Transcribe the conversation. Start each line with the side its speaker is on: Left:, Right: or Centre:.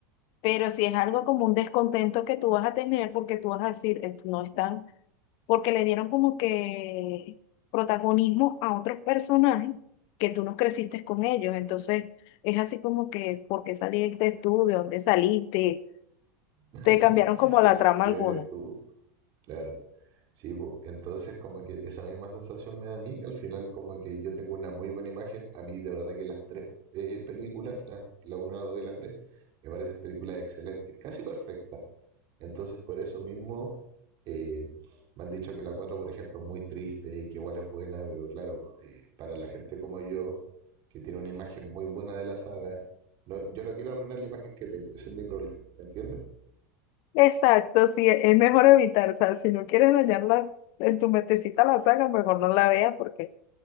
Left: pero si es algo como un descontento que tú vas a tener porque tú vas a decir, "Eh, no están, porque le dieron como que protagonismo a otros personajes que tú no creciste con ellos. Entonces es así como que, ¿por qué saliste tú? ¿De dónde saliste?
Right: <laughs>
Left: te cambiaron como
Right: ¿Quién,
Left: la trama
Right: quién
Left: alguna.
Right: eres tú? Claro. Sí, po. entonces como que esa misma sensación me da a mí, que al final como que yo tengo una muy buena imagen, a mí de verdad que las tres eh, películas, la, la una, la 2 y la 3 me parecen películas excelentes, casi perfectas. Entonces por eso mismo eh, me han dicho que la cuatro por ejemplo, es muy triste y que igual es buena, pero claro, eh, para la gente como yo, que tiene una imagen muy buena de la saga, no, yo no quiero arruinar la imagen que tengo, ese es mi problema, ¿me entiendes?
Left: Exacto, sí, e- es mejor evitar, o sea, si no quieres dañarla en tu mentecita la saga, mejor no la veas porque